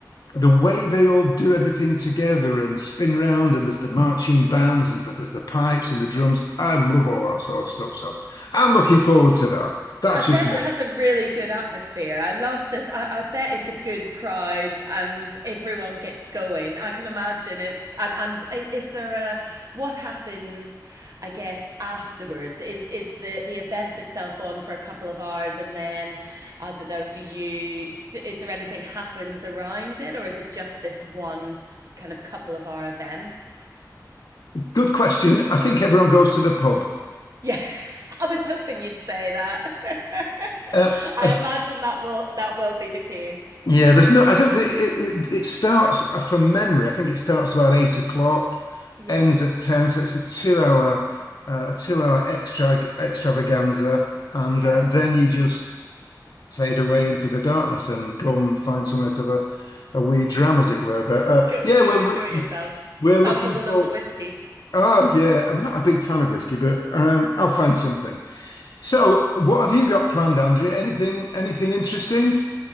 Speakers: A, on the left; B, on the right.
A: the way they all do everything together and spin round and there's the marching bands and there's the pipes and the drums. I love all that sort of stuff, so I'm looking forward to that. That's
B: I bet
A: just me.
B: it has a really good atmosphere. I love this. I, I bet it's a good crowd and everyone gets going. I can imagine it's and and is, there a what happens? I guess afterwards is is the the event itself on for a couple of hours and then I don't know. Do you do, is there anything happens around it or is it just this one kind of couple of hour event?
A: Good question. I think everyone goes to the pub.
B: Yeah, <laughs> I was hoping you'd say that. <laughs>
A: Um,
B: I
A: I
B: imagine that will that will be the case.
A: Yeah, there's no, I don't think it, it starts uh, from memory. I think it starts about eight o'clock,
B: Yeah,
A: ends at 10. So it's a two hour, uh, a two hour extra extravaganza. And
B: yeah.
A: uh, then you just fade away into the darkness and go and find somewhere to have a, a wee dram, as it were. But uh,
B: Go
A: yeah,
B: go
A: we're,
B: and enjoy
A: re-
B: yourself.
A: we're
B: Sample
A: looking
B: the
A: for,
B: local whiskies.
A: oh, yeah, I'm not a big fan of whiskey, but um, I'll find something. So what have you got planned, Andrea? Anything, anything interesting?